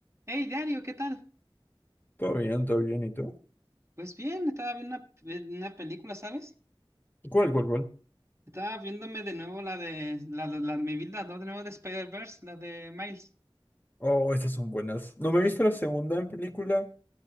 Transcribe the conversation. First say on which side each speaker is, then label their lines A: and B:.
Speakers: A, on the right; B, on the left.
A: Hey, Dario, ¿qué tal?
B: Todo bien, todo bien, ¿y tú?
A: Pues bien, estaba viendo una, pe- una película, ¿sabes?
B: ¿Cuál, cuál, cuál?
A: Estaba viéndome de nuevo la de la, la, la- mi vida, ¿no? De nuevo de Spider-Verse, la de Miles.
B: Oh, estas son buenas. No me he visto la segunda en película